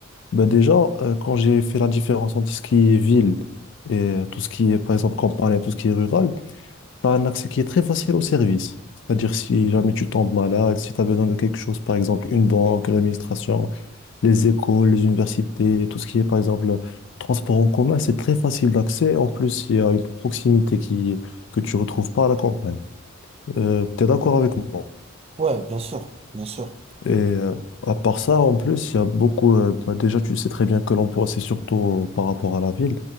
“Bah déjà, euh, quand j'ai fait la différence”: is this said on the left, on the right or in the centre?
Left